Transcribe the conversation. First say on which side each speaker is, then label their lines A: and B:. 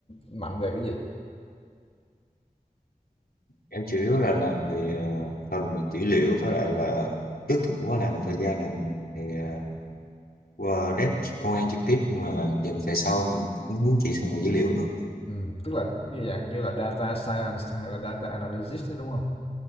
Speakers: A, on the left (about 40°); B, on the left (about 85°).
A: mạnh về cái gì?
B: em chủ yếu là làm về ờ, phần về dữ liệu với lại là trước thì cũng có làm một thời gian làm về ờ, qua dev công an trực tiếp nhưng mà dần về sau mình cũng muốn chỉ sang về dữ liệu hơn
A: Ừ, tức là cái dạng kiểu là data science hay là data analytics đó đúng không?